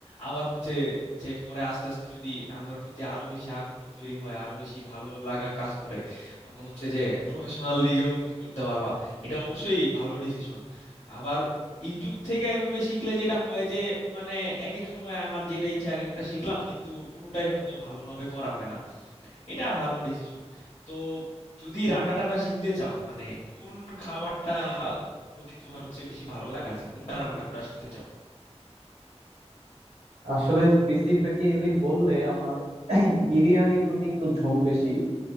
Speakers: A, on the left; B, on the right.
A: আবার হচ্ছে যে পরে আস্তে আস্তে যদি রান্নার প্রতি আরো বেশি আগ্রহ তৈরি হয় আরো বেশি ভালো লাগা কাজ করে তখন হচ্ছে যে প্রফেশনাল দিকেও মুভ করতে পারবা এটা অবশ্যই ভালো ডিসিশন আবার ইউটিউব থেকে এভাবে শিখলে যেটা হয় যে মানে এক এক সময় আমার যেটা ইচ্ছা এক একটা শিখলাম কিন্তু কোনোটাই হয়তো ভালোভাবে করা হয় না এটা ভালো ডিসিশন তো যদি রান্না টান্না শিখতে চাও মানে কোন খাবারটা প্রতি তোমার হচ্ছে বেশি ভালো লাগা আছে কোনটা রান্না করা শিখতে চাও
B: আসলে স্পেসিফিক্যালি বললে আমার <clears throat> বিরিয়ানির প্রতি একটু ঝোঁক বেশি